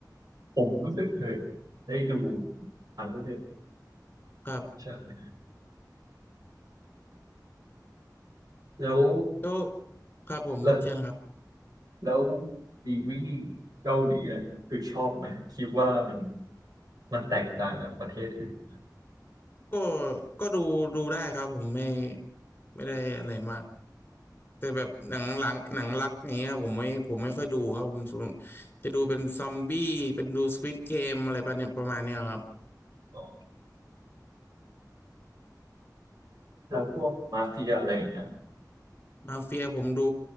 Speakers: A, on the right; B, on the left.
A: ผมรู้สึกเคยได้ดูอันนู้น
B: ครับ
A: ใช่ไหมแล้ว
B: แล้วครับผมเช่นครับ
A: แล้วแล้วดีวีเกาหลีอันนี้คือชอบไหมคิดว่ามันมันแตกต่างจากประเทศอื่น
B: ก็ก็ดูดูได้ครับผมไม่ไม่ได้อะไรมาก แต่แบบหนังหลังหนังรักอย่างเงี้ยผมไม่ผมไม่ค่อยดูครับผมส่วนจะดูเป็นซอมบี้เป็นดูสควิดเกมอะไรประเนี่ยประมาณเนี้ยครับ
A: อ๋อแล้วพวกมาเฟียอะไรอย่างเงี้ย
B: มาเฟียผมดู